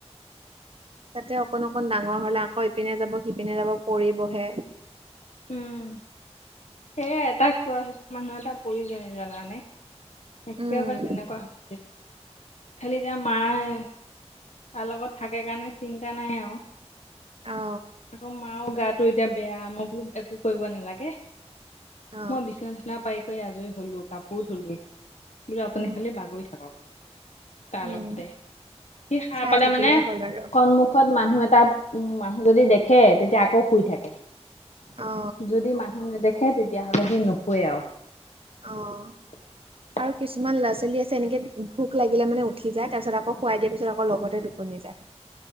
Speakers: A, on the right; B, on the left.
A: তাতে, অকণ-অকণ ডাঙৰ হ'লে, আকৌ ইপিনে যাব, সিপিনে যাব, পৰিবহে।
B: উম! সেয়ে, তাক চোৱা, মানুহ এটা প্ৰয়োজন জানানে। একেবাৰে,
A: উম
B: তেনেকুৱা <unintelligible> খালী এতিয়া, মাই তাৰ লগত থাকে কাৰণে, চিন্তা নাই আৰু।
A: অ
B: আকৌ, মাও গাটো এতিয়া বেয়া! মই বোলো, একো কৰিব নালাগে।
A: অ
B: মই বিছনা-চিছনা পাৰিকৈ, আজৰি হ'লো, কাপোৰ ধুলোঁ। বোলো, আপুনি
A: উম
B: খালী বাগৰি থাকক। তাৰ
A: উম
B: লগতে, সি সাৰ
A: চাই
B: পালে
A: থাকিলেই
B: মানে,
A: হ'ল আৰু
B: <unintelligible> মুখত মানুহ এটা, উম! মানুহ যদি দেখে, তেতিয়া আকৌ শুই থাকে।
A: অ
B: যদি মানুহ নেদেখে, তেতিয়াহ'লে, সি নুশুৱে আৰু।
A: অ'!
B: <unintelligible>
A: আৰু কিছুমান ল'ৰা ছোৱালী আছে, এনেকে ভোক লাগিলে মানে উঠি যায়, তাৰ পিছত আকৌ খুৱাই দিয়াৰ পিছত আকৌ লগতে টোপনি যায়।